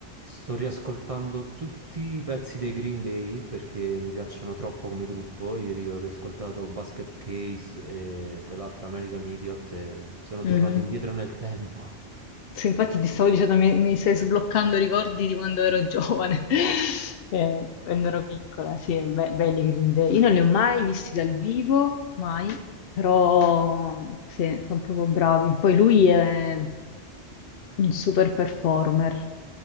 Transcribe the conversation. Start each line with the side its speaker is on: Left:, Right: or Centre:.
Right: Sto riascoltando tutti i pezzi dei Green Day perché mi piacciono troppo come gruppo. Ieri ho riascoltato Basket Case e quell'altra American Idiot e sono
Left: Mhm.
Right: tornato indietro nel tempo. <laughs>
Left: Sì, infatti ti stavo dicendo, mi, mi stai sbloccando ricordi di quando ero giovane, <laughs> Eh, quando ero piccola, sì, be- belli Green Day. Io non li ho mai visti dal vivo, mai, però sì, sono proprio bravi. Poi lui è un super performer,